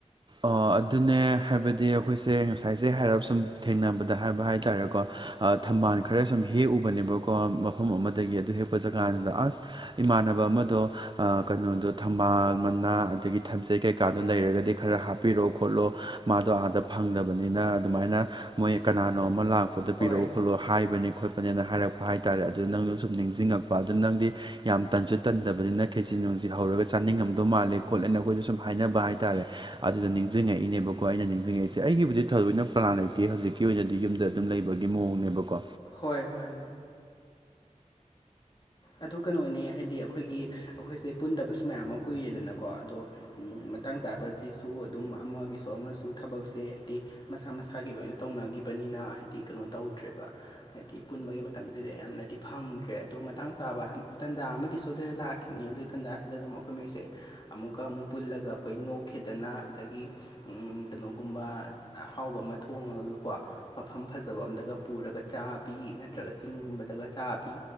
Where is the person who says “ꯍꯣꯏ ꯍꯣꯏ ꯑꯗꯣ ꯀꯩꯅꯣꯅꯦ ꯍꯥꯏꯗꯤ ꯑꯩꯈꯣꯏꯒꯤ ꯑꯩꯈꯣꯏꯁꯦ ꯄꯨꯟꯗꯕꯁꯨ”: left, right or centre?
Left